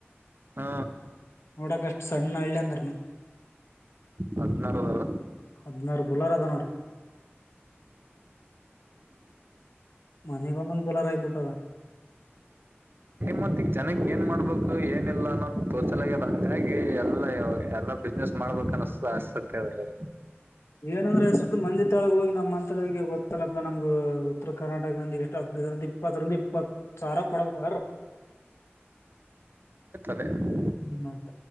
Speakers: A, on the right; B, on the left.
A: ಹಾ
B: ನೋಡಾಕ ಅಷ್ಟ್ ಸಣ್ಣ ಹಳ್ಲಿದ್ರನ್ನು
A: ಹದಿನಾರುದಾವ
B: ಹದಿನಾರ ಬುಲಾರ ಅದ ನೋಡು ಮನಗೊಂದ ಬೋಲಾರ ಆಗ್ಬಿಟ್ಟದೆ
A: ಮತ್ತಗ ಜನಕ್ಕೆ ಏನ್ ಮಾಡ್ಬೇಕು ಏನ್ ಲ್ಲ ತೋಸಲಾಗದೆ ಹಾಗಾಗಿ ಎಲ್ಲ ಎಲ್ಲ ಬಿಸ್ನೆಸ್ ಮಾಡ್ಬೇಕ ಅನ್ನಸತ ಆಸಕ್ತಿಲ್ಲಿ
B: ಏನಂದ್ರ ಸುತ್ತ ಮಂದಿ ತಾಳಗೆ ಹೋಗಿ ನಮ್ಮ್ಂತರಿಗೆ ಗೊತ್ತಲ್ಲಪ್ಪ ನಮ್ದು ಉತ್ತರ ಕರ್ನಾಟಕ ಮಂದಿಗೆ ಎಷ್ಟು ಹದಿನೈದರಿಂದ ಇಪ್ಪತ್ತರಿಂದ ಇಪ್ಪತ್ತು ಸಾಲ ಕೊಡಬೇಕ
A: ಅ <inaudible>
B: ಮತ್ತ